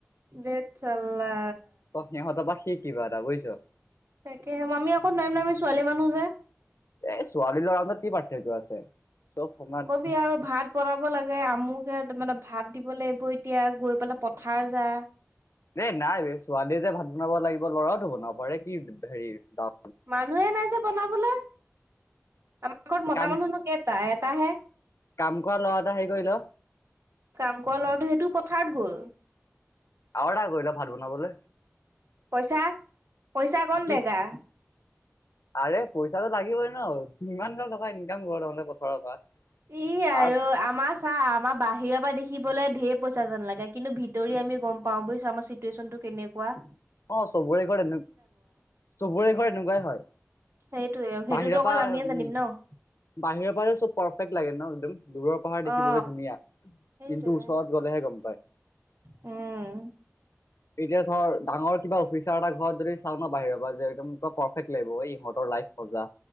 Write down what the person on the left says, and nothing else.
ত সিহঁতৰ পৰা শিক, কিবা এটা, বুইছ?
এ, ছোৱালী-লৰা আগত কি পাৰ্থক্য আছে? চব সমান।
এ, নাই বে। ছোৱালীয়ে যে ভাত বনাব লাগিব, ল'ৰাওটো বনাব পাৰে কি হেৰি দাও-
কাম
কাম কৰা ল'ৰা এটা হেৰি কৰি ল।
অৰ্ডাৰ কৰি ল ভাত বনাবলৈ
কি
আৰে পইচাটো লাগিবই ন'। কি ইমান গাল টকা ইনকাম কৰ তহঁতে পথাৰৰ পৰা।
তাৰ
অ', চবৰে ঘৰত এনেক চবৰে ঘৰত এনেকুৱাই হয়।
বাহিৰৰ
পৰা
উম
বাহিৰৰ পা যে ব পাৰফেক্ট লাগে ন' একদম দূৰৰ পাহাৰ দেখিবলৈ
ধুনীয়া।
কিন্তু ওচৰত গ'লেহে গম পায়।
এতিয়া ধৰ ডাঙৰ কিবা অফিচাৰ এটা ঘৰত যদি চাওঁ ন বাহিৰৰ পৰা যে একদম পাৰফেক্ট লাগিব। এই ইহঁতৰ লাইফ মজা।